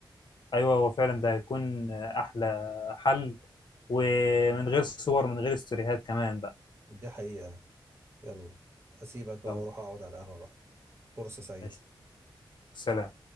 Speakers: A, on the left; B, on the right.
A: ايوه هو فعلا ده هيكون احلى حل ومن غير صور من غير استوريهات كمان بقى
B: دي حقيقه يلا اسيبك بقى
A: يلا
B: واروح اقعد على القهوه بقى فرصه سعيده
A: ماشي سلام